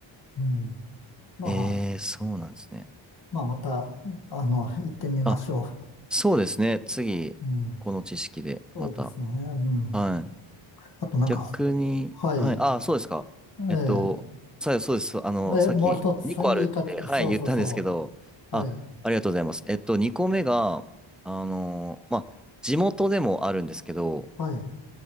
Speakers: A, on the left (about 50°); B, in the centre.
A: うん。まあ、
B: えー、そうなんですね。
A: まあ、また、あの、行ってみましょ
B: あ、そうですね。次、
A: う。うん、
B: この知識でまた。
A: そうですね。うん。
B: はい。
A: あとなんか、
B: 逆に、
A: はい、
B: はい、ああ、そうですか。
A: え
B: えっと、さ、そうです。あの、
A: え、
B: さっき2個あるって、
A: え、もう一つ言いかけた、
B: はい、
A: そうそうそ
B: 言ったんですけど、
A: う。
B: あ、
A: はい、
B: ありがとうございます。えっと、2個目が、あの、まあ、地元でもあるんですけど、
A: はい、